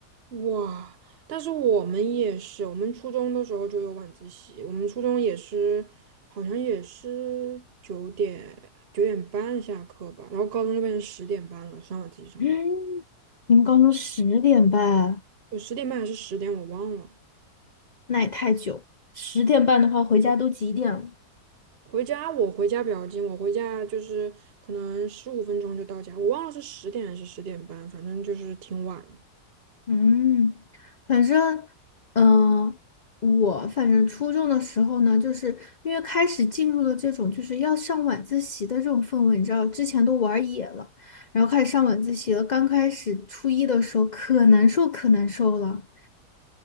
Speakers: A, on the right; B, on the left.
A: 哇！但是我们也是，我们初中的时候就有晚自习，我们初中也是，好像也是九点九点半下课吧，然后高中就变成十点半了，上晚自习上到，
B: 嗯，你们高中十点半，
A: 有十点半还是十点我忘了。
B: 那也太久，十点半的话回家都几点了？
A: 回家我回家比较近，我回家就是可能十五分钟就到家，我忘了是十点还是十点半，反正就是挺晚。
B: 嗯，反正，嗯、我反正初中的时候呢，就是因为开始进入了这种就是要上晚自习的这种氛围，你知道，之前都玩野了，然后开始上晚自习了。刚开始初一的时候可难受可难受了。